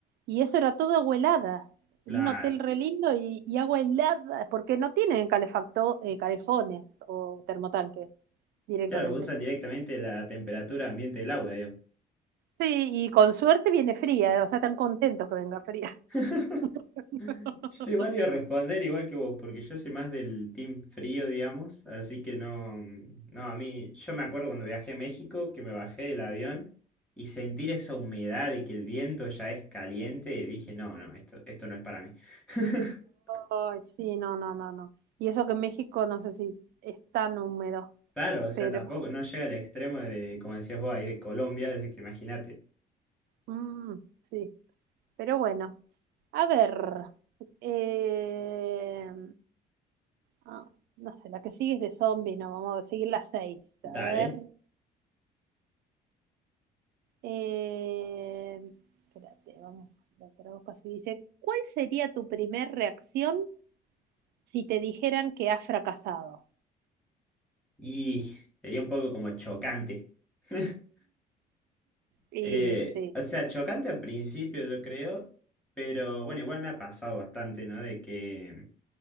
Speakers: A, on the right (about 75°); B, in the centre.
A: Y eso era todo agua helada,
B: Claro.
A: en un hotel re lindo y, y agua helada, porque no tienen calefacto, eh, calefones o termotanques directamente.
B: Claro, usan directamente la temperatura ambiente del agua, digamos.
A: Sí, y con suerte viene fría, o sea, están contentos que venga fría.
B: <laughs>
A: <laughs>
B: Yo igual iba a responder igual que vos, porque yo soy más del team frío, digamos, así que no, no, a mí, yo me acuerdo cuando viajé a México, que me bajé del avión y sentir esa humedad y que el viento ya es caliente, dije, no, no, esto, esto no es para mí. <laughs>
A: Ay, sí, no, no, no, no. Y eso que México no sé si es tan húmedo,
B: Claro, o sea,
A: pero
B: tampoco, no llega al extremo de, como decías vos, ahí de Colombia, así que imagínate.
A: mm, sí, pero bueno. A ver, eh, ah, no sé, la que sigue es de zombies, no, vamos a seguir las seis.
B: Dale.
A: A ver, eh, espérate, vamos, lo traduzco así. Dice, ¿cuál sería tu primer reacción si te dijeran que has fracasado?
B: Y sería un poco como chocante. <laughs>
A: Y
B: Eh,
A: sí,
B: o sea, chocante al principio, yo creo, pero bueno, igual me ha pasado bastante, ¿no? De que,